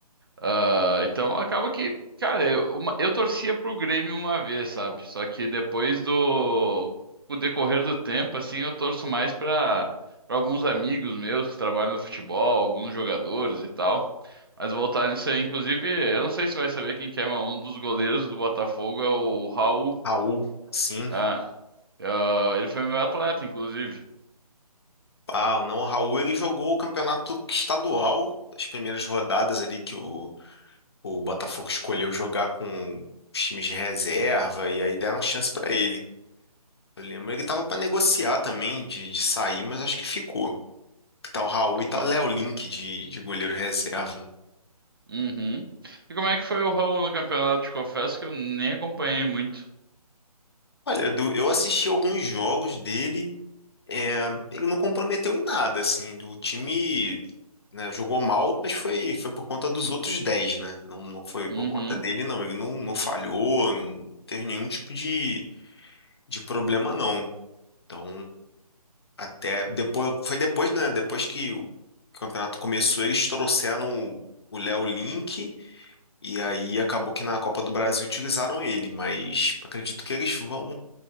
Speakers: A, on the right (about 35°); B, on the left (about 40°).
A: Ah, então acaba que, cara, eu, uma- eu torcia pro Grêmio uma vez, sabe? Só que depois do com o decorrer do tempo, assim, eu torço mais pra para alguns amigos meus que trabalham no futebol, alguns jogadores e tal. Mas voltar nisso aí, inclusive, eu não sei se vai saber quem que é, mas um dos goleiros do Botafogo é o Raul.
B: Raul, sim.
A: Ah, ah, ele foi meu atleta, inclusive.
B: Ah, não, o Raul ele jogou o campeonato estadual, as primeiras rodadas ali que o, o Botafogo escolheu jogar com os times de reserva e aí deram chance pra ele. Eu lembro ele tava pra negociar também de, de sair, mas acho que ficou. Que Tá o Raul
A: Acabou.
B: e tá o Léo Link de, de goleiro reserva.
A: Uhum. E como é que foi o Raul no campeonato? Te confesso que eu nem acompanhei muito.
B: Olha, Edu, eu assisti alguns jogos dele, É, ele não comprometeu em nada, assim, do time, né, jogou mal, mas foi, foi por conta dos outros dez né? Não, não foi
A: Uhum.
B: por conta dele, não. Ele não, não falhou, não teve nenhum tipo de, de problema, não. Então, até depois, foi depois, né? Depois que o campeonato começou, eles trouxeram o Léo Link e aí acabou que na Copa do Brasil utilizaram ele, mas acredito que eles vão